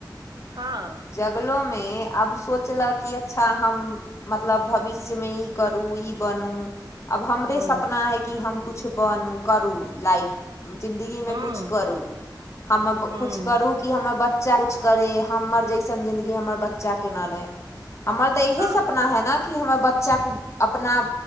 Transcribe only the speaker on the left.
जगलोमे आब सोचलक कि अच्छा हम मतलब भविष्यमे ई करू ई बनू आब हमरे
सपना हइ कि हम कुछ बनू करू लाइफ जिन्दगीमे
कुछ करू हम
कुछ करू की हमर बच्चा कुछ करे हमर जैसन जिंन्दगी हमर बच्चा के न रहे अमर तऽ इहे
सपना है न कि हमर बच्चा अपना